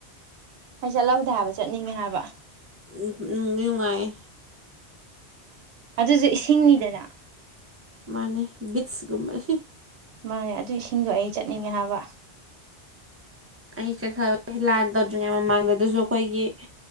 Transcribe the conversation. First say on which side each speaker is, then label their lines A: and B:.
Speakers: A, on the right; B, on the right.
A: ꯑꯩ ꯆꯠꯂꯧꯗꯦ ꯍꯥꯏꯕ ꯆꯠꯅꯤꯡꯉꯦ ꯍꯥꯏꯕ
B: ꯎꯝ ꯅꯨꯡꯗꯤ ꯅꯨꯡꯉꯥꯏ
A: ꯑꯗꯨꯖꯨ ꯏꯁꯤꯡꯅꯤꯗꯅ
B: ꯃꯥꯅꯦ ꯕꯤꯠꯁꯀꯨꯝꯕꯟ
A: ꯃꯥꯅꯦ ꯑꯗꯨꯏ ꯏꯁꯤꯡꯗꯣ ꯑꯩ ꯆꯠꯅꯤꯡꯉꯦ ꯍꯥꯕ
B: ꯑꯩ ꯆꯠꯍꯧꯢ ꯂꯥꯟ ꯇꯧꯗ꯭ꯔꯤꯉꯩ ꯃꯃꯥꯡꯗ ꯗꯨꯁꯨ ꯑꯩꯈꯣꯏꯒꯤ